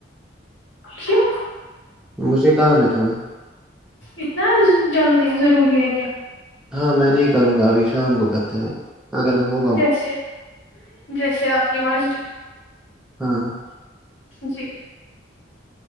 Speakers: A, on the left; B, in the centre.
A: کیو
B: مجھے کام ہے تھوڑا
A: اتنا جلدی ضروری ہے کیا
B: ہاں میں نہیں کروں گا ابھی شام کو کرتے ہو اب اگر ہو
A: جیسے جیسے آپ کی مرضلی
B: ہاں
A: جی